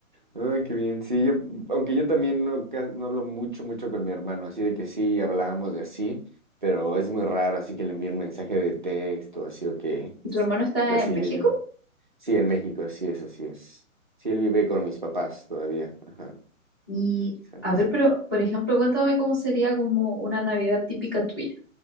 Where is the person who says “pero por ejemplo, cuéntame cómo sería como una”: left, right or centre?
Left